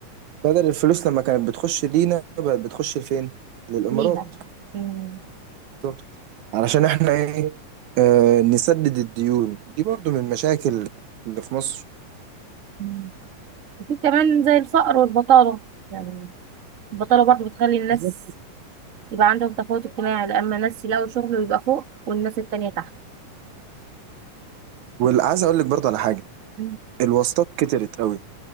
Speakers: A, on the right (about 70°); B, on the right (about 35°).
A: بدل الفلوس لما كانت بتخش لينا بقت بتخش لفين للامارات
B: ليها مم.
A: بالظبط علشان احنا ايه آه نسدد الديون دي برضو من المشاكل اللي في مصر
B: مم. وفي كمان زي الفقر والبطالة يعني البطالة برضو بتخلي الناس
A: بالظبط
B: يبقى عندهم تفاوت اجتماعي لأما الناس يلاقوا شغل ويبقى فوق والناس التانية تحت
A: وعايز اقول لك برضو على حاجه
B: مم.
A: الواسطات كترت قوي